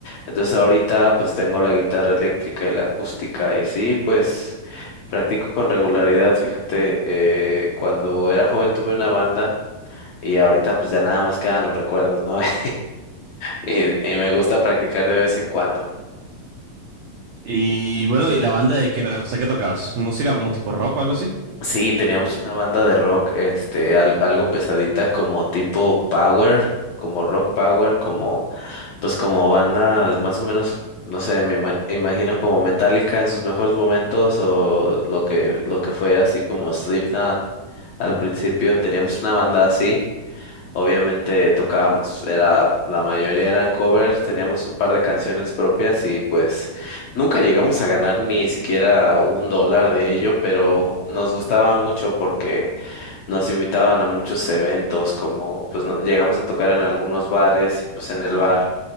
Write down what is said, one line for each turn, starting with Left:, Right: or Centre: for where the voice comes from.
Left: Entonces ahorita pues tengo la guitarra eléctrica y la acústica y sí, pues practico con regularidad, fíjate, eh, cuando era joven tuve una banda y ahorita pues ya nada más quedan los recuerdos, ¿no? <laughs> Y, y me gusta practicar de vez en cuando.
Right: Y bueno, ¿y la banda de qué era? O sea, ¿qué tocabas? ¿Música como tipo rock o algo así?
Left: Sí, teníamos una banda de rock, este, al- algo pesadita como tipo power, como rock power, como pues como bandas más o menos, no sé, me ima- imagino como Metallica en sus mejores momentos o lo que, lo que fue así como Slipknot al principio, teníamos una banda así, obviamente tocábamos, era, la mayoría eran covers, teníamos un par de canciones propias y pues nunca llegamos a ganar ni siquiera un dólar de ello, pero nos gustaba mucho porque nos invitaban a muchos eventos, como pues no- llegamos a tocar en algunos bares y pues en el bar.